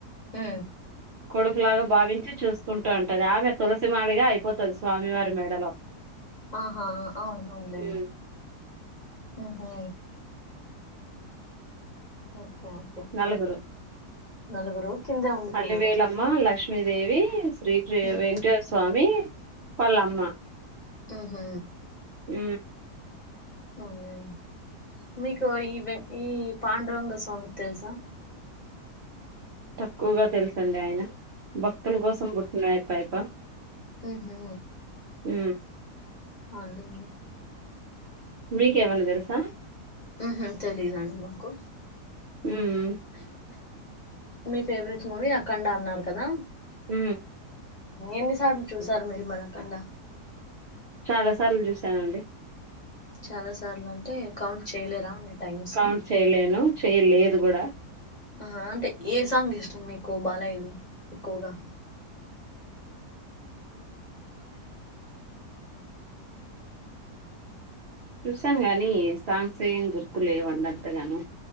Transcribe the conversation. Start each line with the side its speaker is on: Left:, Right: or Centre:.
Left: మ్
Right: కొడుకులాగా భావించి చూసుకుంటా ఉంటది. ఆమె తులసి మాలగా అయిపోతది స్వామివారి మెడలో.
Left: ఆహా అవును అవునులేండి
Right: ఉమ్,
Left: మ్ హూ మ్ ఓకే ఓకే
Right: నలుగురు
Left: నలుగురు కిందే ఉండిపోయినారు
Right: అలివేలమ్మ లక్ష్మ క్ష్మీదేవీ శ్రీకృ
Left: ఉమ్
Right: వెంకటేశ్వర స్వామి వాలమ్మా
Left: మ్ హూ
Right: మ్
Left: అవునండి మీకు ఈ ఈ పాండురంగ స్వామి తెలుసా
Right: తక్కువగా తెలుసండి ఆయన భక్తుల కోసం పుట్టినయి పప్పయప్ప
Left: మ్ హు
Right: ఉ
Left: అవు <unintelligible>
Right: మీకు ఎవనా తెలుసా
Left: మ్ హు తెలిదండి మాకు
Right: మ్
Left: మీ ఫేవరెట్ మూవీ అక్కండా అన్నారు కదా
Right: ఉ
Left: ఎన్నిసార్లు చూసారు మీరు మరకండా
Right: చాలా సార్లు చూసానండి
Left: చాలా సార్లు అంటే కౌంట్ చేయలేరా అన్ని టైమ్స్
Right: కౌంట్ చేయలేను చెయలేదు కూడా
Left: ఆ అంటే ఏ సాంగ్ ఇష్టం మీకు బాలయది ఎక్కువగా
Right: చూసాను గానీ సాంగ్స్ ఏం గుర్తు లేవండి అంతగాను